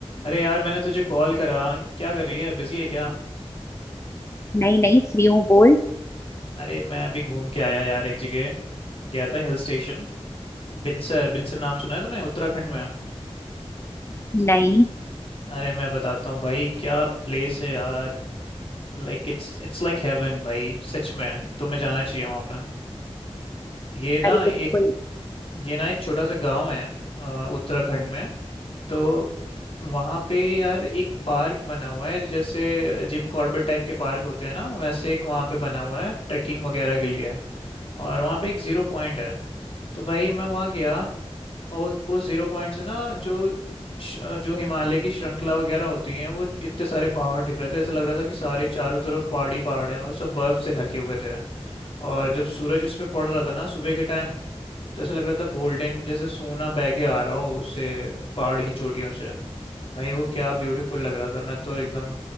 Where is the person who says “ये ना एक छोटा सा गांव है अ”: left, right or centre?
Left